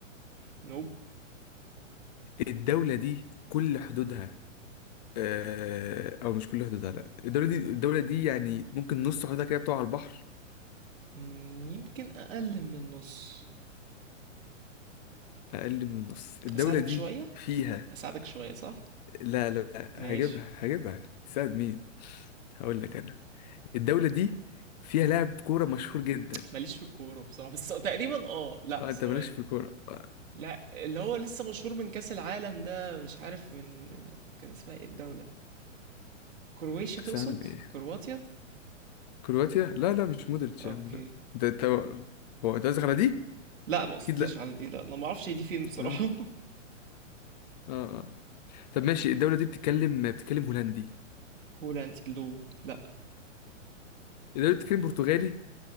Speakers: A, on the right (about 80°); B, on the left (about 35°).
A: نوب
B: الدولة دي كل حدودها آه، او مش كل حدودها لا الدولة دي الدولة دي يعني ممكن نص حدودها كده بتقع على البحر
A: مم. يمكن اقل من النص
B: اقل من النص الدولة
A: اساعدك
B: دي
A: شوية
B: فيها
A: اساعدك شوية صح
B: لا لا لا،
A: ماشي
B: هجيبها هجيبها تساعد مين هقول لك انا الدولة دي فيها لاعب كورة مشهور جدا
A: ماليش في الكورة بصراحة بس تقريبا اه لا
B: اه
A: ثواني
B: انت مالكش في الكورة آه،
A: لا اللي هو لسه مشهور من كأس العالم ده مش عارف من كان اسمها ايه الدولة كرواتيا
B: كاس
A: تقصد
B: عالم ايه
A: كرواتيا
B: كرواتيا لا لا مش مودريتش
A: اوكي
B: يا عم لا ده انت هو انت قصدك على دي
A: لا ما قصديش
B: اكيد لا
A: على دي لا انا ما اعرفش هي دي فين بصراحة
B: اه
A: <laughs>
B: اه آه. طب ماشي الدولة دي بتتكلم بتتكلم هولندي
A: هولاند لو لا
B: الدولة دي بتتكلم برتغالي